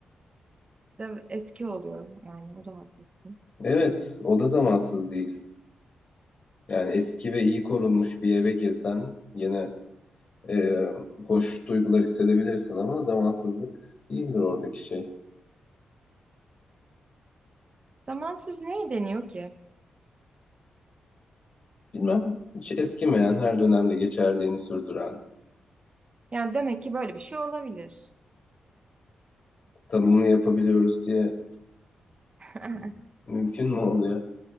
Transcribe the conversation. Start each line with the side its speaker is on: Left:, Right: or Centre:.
Right: da eski oluyor yani o da haklısın.
Left: Evet o da zamansız değil. Yani eski ve iyi korunmuş bir eve girsen yine e, hoş duygular hissedebilirsin ama zamansızlık değildir oradaki şey.
Right: Zamansız neye deniyor ki?
Left: Bilmem, hiç eskimeyen, her dönemde geçerliğini sürdüren,
Right: Yani demek ki böyle bir şey olabilir.
Left: tanımını yapabiliyoruz diye
Right: <laughs>
Left: mümkün mü oluyor?